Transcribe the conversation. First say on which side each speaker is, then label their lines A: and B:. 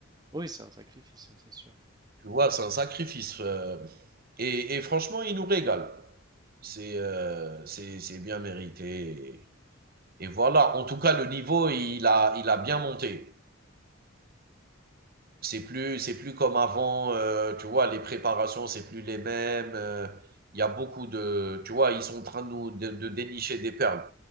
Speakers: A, on the right; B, on the right.
A: oui, c'est un sacrifice, hein, c'est sûr.
B: Tu vois, c'est un sacrifice. euh. et, et franchement, il nous régale. C'est, euh, c'est, c'est bien mérité. Et, voilà. En tout cas, le niveau, il a, il a bien monté. C'est plus, c'est plus comme avant, euh, tu vois, les préparations, c'est plus les mêmes. euh, Il y a beaucoup de, tu vois, ils sont en train de nous de, de dénicher des perles.